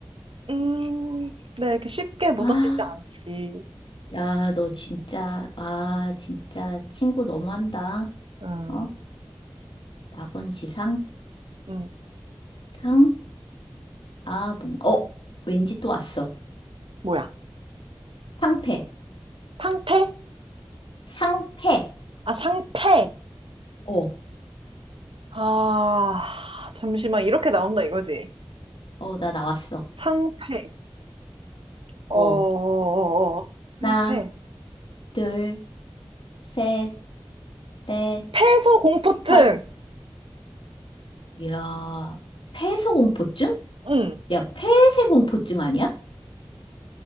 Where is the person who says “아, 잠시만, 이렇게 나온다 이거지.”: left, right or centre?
Right